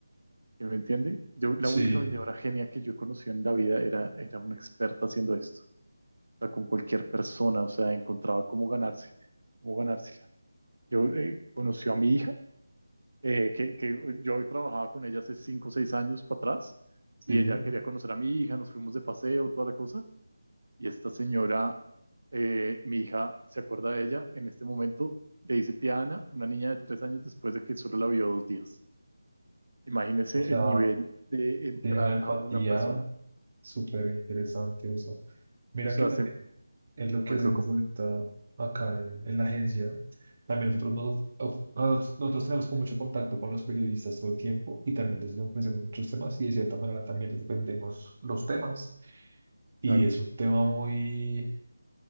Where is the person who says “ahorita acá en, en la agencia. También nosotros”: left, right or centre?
Right